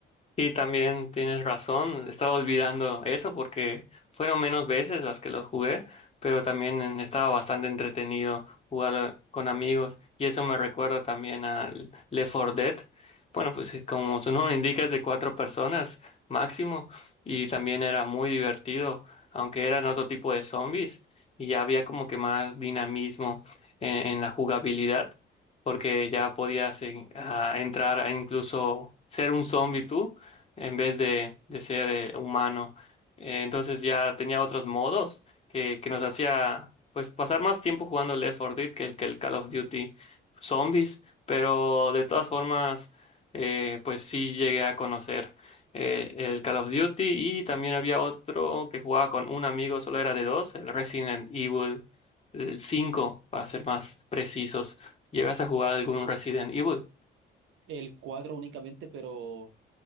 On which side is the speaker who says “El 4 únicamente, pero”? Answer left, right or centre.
Right